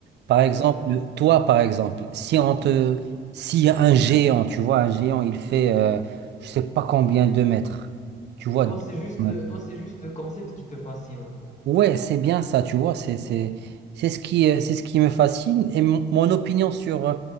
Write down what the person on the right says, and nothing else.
Par exemple,
toi, par exemple, si on te,
si un géant, tu vois, un géant, il fait, euh, je sais pas combien de mètres, tu vois.
deux
mètres.
Ouais, c'est bien ça, tu vois, c'est, c'est, c'est ce qui, euh, c'est ce qui me fascine et mon mon opinion sur, euh,